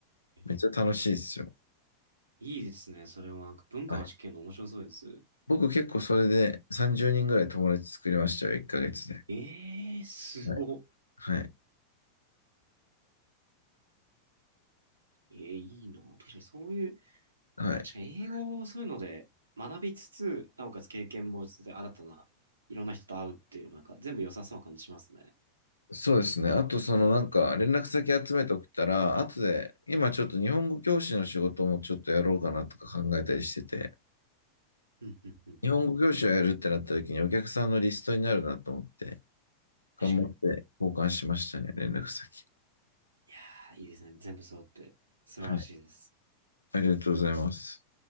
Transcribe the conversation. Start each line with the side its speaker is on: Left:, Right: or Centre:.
Right: え
Left: めっちゃ楽しいですよ。
Right: いいですね。それはなんか文化の試験の面白そうです。
Left: はい。僕結構それで30人ぐらい友達作りましたよ、1ヶ月で。
Right: ええー、すごっ。
Left: はい。はい。
Right: ええーいいな。確かにそういう、
Left: はい。
Right: 確かに英語をそういうので学びつつ、なおかつ経験もしつつ、新たな、いろんな人と会うっていうのもなんか全部良さそうな感じしますね。
Left: そうですね。あと、そのなんか、連絡先集めておくたら、後で、今ちょっと日本語教師の仕事もちょっとやろうかなとか考えたりしてて、
Right: うん、うん、うん、
Left: 日本語教師をやるってなった時にお客さんのリストになるなと思って、
Right: うん。
Left: 頑張って交換しましたね、
Right: 確かに。
Left: 連絡先。
Right: いやー、いいですね。全部揃って。素晴らしいです。
Left: はい。ありがとうございます。